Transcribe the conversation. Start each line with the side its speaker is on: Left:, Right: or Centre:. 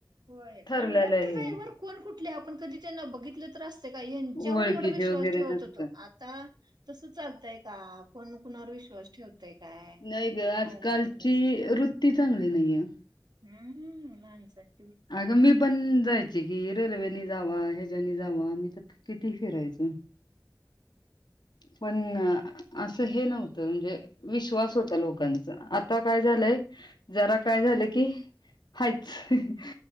Right: होय,
Left: ठरलेलं
Right: कंडक्टर ड्रायव्हर
Left: हे
Right: कोण कुठले आपण कधी त्यांना बघितलं तर अस. हेच्यावर
Left: ओळखीचे
Right: एवढा विश्वास
Left: वगैरे
Right: ठेवत
Left: नसतं.
Right: होतो. आ ता तस चालतंय का, कोण कुणार विश्वास ठेवतेय काय.
Left: नाही गं आजकालची
Right: अवघड झालंय सगळं
Left: वृत्ती चांगली नाहीये.
Right: हम्म लाहानच आहे
Left: अगं मी पण जायच की रेल्वे जावा ह्याच्यानी जावा आम्ही तर किती फिरायचं पण असं हे नव्हतं म्हणजे विश्वास होता लोकांचा आता काय झालंय जरा काय झालं की हायच